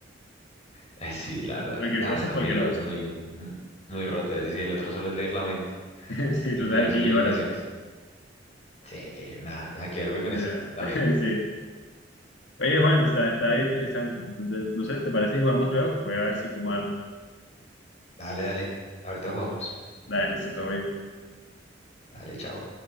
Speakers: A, on the left; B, on the left.
A: Eh, Sí, la verdad.
B: Cualquier
A: eh, Nada,
B: cosa
A: está
B: es cualquier
A: muy, lo-
B: cosa.
A: muy, mm, muy roto. Es decir, el otro solo es leer la mente
B: <laughs> Sí,
A: y
B: total,
A: tiene sus
B: y
A: limitaciones.
B: lloras.
A: Sí, nada, nada que ver, voy con
B: Sí,
A: ese también.
B: <laughs> Sí. Oye, Juan, está, está bien interesante. Entonces, no sé, ¿te parece si jugamos luego? Voy a ver si como algo.
A: Dale, dale. Ahorita jugamos.
B: Dale, listo, todo bien.
A: Dale, chao.